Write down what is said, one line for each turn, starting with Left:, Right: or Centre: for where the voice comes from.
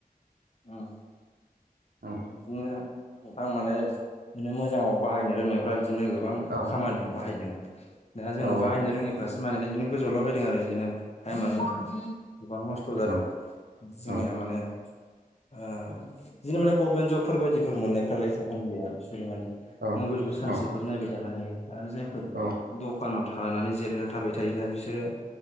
Left: अ
Right: औ
Left: बिदिनो नोंथां माने बिदिनो मोजाङाव बाहायनो रोंनायफ्रा बिदिनो गोबां
Right: औ
Left: खामानियाव बाहायदों दा जोङो
Right: औ
Left: बाहायनो रोङिफ्रासो माने इदिनो गोजौला बायदों आरो इदिनो टाइमानो जोंना गोबां नस्थ' जादों
Right: औ औ
Left: जोंनिया माने ओ इदिनो माने गभमेन्ट जबफोर बायदिफोर मोननायफ्रालाय टेनस गैया बिसोरो माने
Right: औ
Left: मबेल खौ सानसेफोर
Right: औ
Left: नायबाय थानो हायो आरो जायफोर
Right: औ
Left: दकानाव थानानै जिरायनानै थाबाय थायोना बिसोरो